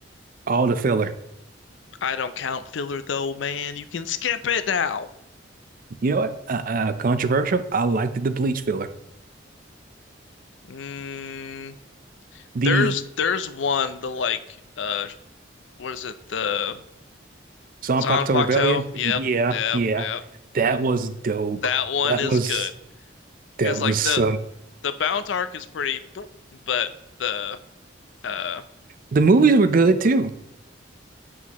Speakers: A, on the right; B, on the left.
A: All the filler.
B: I don't count filler though, man. You can skip it now.
A: You know what? Uh, uh, controversial. I liked the Bleach filler.
B: Mm,
A: The
B: there's there's one the like uh what is it the
A: Zanpakuto
B: Zanpakuto?
A: Rebellion.
B: Yep,
A: Yeah,
B: yep,
A: yeah.
B: yep.
A: That was dope.
B: That one
A: That
B: is
A: was
B: good because
A: That was
B: like the
A: uh,
B: the Bount arc is pretty, but the Uh
A: the movies were good too,